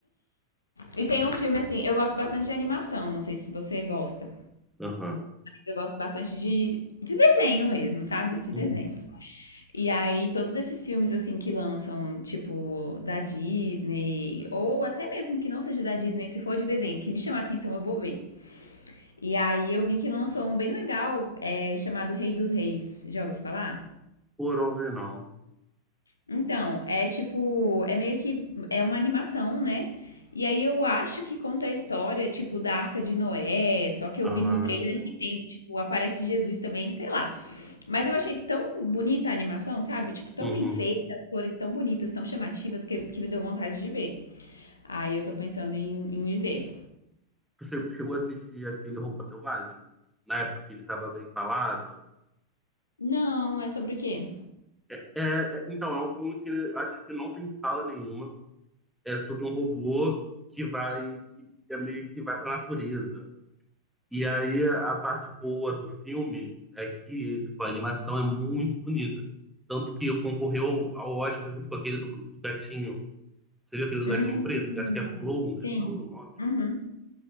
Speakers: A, on the left; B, in the centre.
A: E tem um filme assim, eu gosto bastante de animação, não sei se você gosta.
B: Aham,
A: Eu gosto bastante de, de desenho mesmo, sabe? De
B: uhum.
A: desenho. E aí, todos esses filmes, assim, que lançam, tipo, da Disney, ou até mesmo que não seja da Disney, se for de desenho, que me chamar a atenção, eu vou ver. E aí, eu vi que lançou um bem legal, é, chamado Rei dos Reis. Já ouviu falar?
B: Foram ver, não.
A: Então, é tipo, é meio que, é uma animação, né? E aí eu acho que conta a história, tipo, da Arca de Noé, só que
B: Ah,
A: eu vi no trailer
B: sim.
A: que tem, tipo, aparece Jesus também, sei lá. Mas eu achei tão bonita a animação, sabe? Tipo, tão
B: Uhum.
A: bem feita, as cores tão bonitas, tão chamativas, que, que me deu vontade de ver. Aí eu tô pensando em, em ir ver.
B: Tu che- chegou a assistir aquele Roupa Selvagem? Na época que ele tava bem falado?
A: Não, é sobre o quê?
B: É, é, então, é um filme que acho que não tem fala nenhuma. É sobre um robô que vai, que é meio que vai pra natureza. E aí a parte boa do filme é que tipo, a animação é muito bonita. Tanto que concorreu ao, ao Oscar junto com aquele do, do gatinho. Você viu aquele do
A: Uhum,
B: gatinho preto? Que acho que é Flow,
A: sim.
B: é Flow o nome.
A: Uhum,